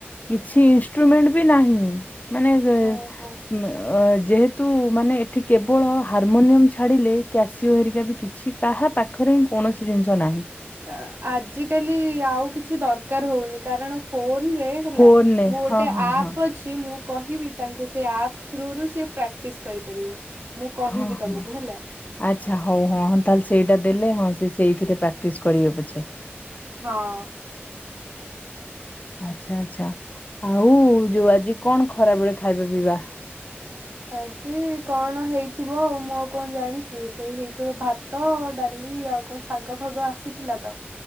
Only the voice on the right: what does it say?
ଓହୋ।
ଆ- ଆଜିକାଲି ଆଉ କିଛି ଦରକାର୍ ହଉନି କାରଣ ଫୋନ୍ ରେ ହେଲା
ମୁଁ ଗୋଟେ
ଆପ୍
ଅ ଛି ମୁଁ କହିବି ତାଙ୍କୁ ସେ ଆପ୍ ଥ୍ରୁ ରୁ ସେ ପ୍ରାକ୍ଟିସ୍ କରିପାରିବେ। ମୁଁ କହିବି
ତମକୁ ହେଲା।
ହଁ।
ଆଜି କଣ ହେଇଥିବ ମୁଁ ଆଉ କଣ ଜାଣିଚି ସେଇ ହେଇଥିବ ଭାତ୍ ତ ଡାଲି ଆଉ କଣ ଶାଗ ଫାଗ ଆସିଥିଲା ତ।